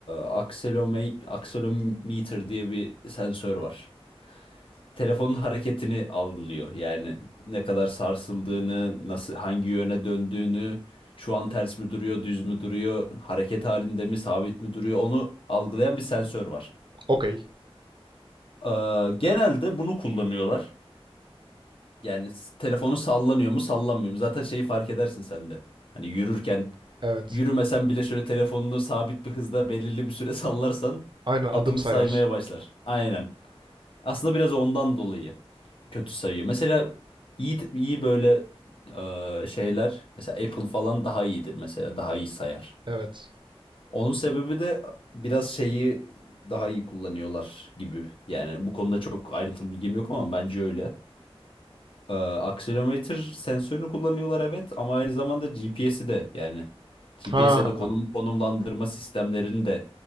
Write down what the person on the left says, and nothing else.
akselome akselometer diye bir sensör var. Telefonun hareketini algılıyor. Yani ne kadar sarsıldığını, nasıl hangi yöne döndüğünü, şu an ters mi duruyor, düz mü duruyor, hareket halinde mi, sabit mi duruyor onu algılayan bir sensör var.
Ee, genelde bunu kullanıyorlar. Yani s- telefonu sallanıyor mu sallanmıyor mu? Zaten şeyi fark edersin sen de. Hani yürürken
yürümesen bile şöyle telefonunu sabit bir hızda belirli bir süre <laughs> sallarsan
adımı
saymaya başlar. Aynen. Aslında biraz ondan dolayı kötü sayıyor. Mesela iyi iyi böyle e, şeyler mesela Apple falan daha iyidir mesela daha iyi sayar.
Onun sebebi de biraz şeyi daha iyi kullanıyorlar gibi. Yani bu konuda çok ayrıntılı bilgim yok ama bence öyle. Ee, akselerometre sensörünü kullanıyorlar evet ama aynı zamanda GPS'i de yani GPS
ya da konum konumlandırma sistemlerini de